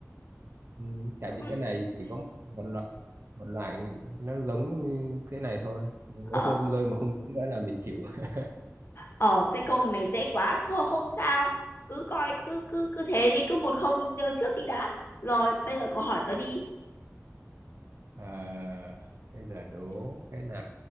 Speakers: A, on the right; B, on the left.
A: ừ. tại vì
B: Ừ,
A: cái này chỉ có một loại một loại nó giống cái này thôi nếu
B: ờ
A: không con rơi mà không giống nữa là mình chịu <laughs>
B: ờ cái câu này dễ quá thôi không sao cứ coi cứ cứ cứ thế đi cứ một không đưa trước đi đã rồi bây giờ cậu hỏi tớ đi
A: à, bây giờ đố cái nào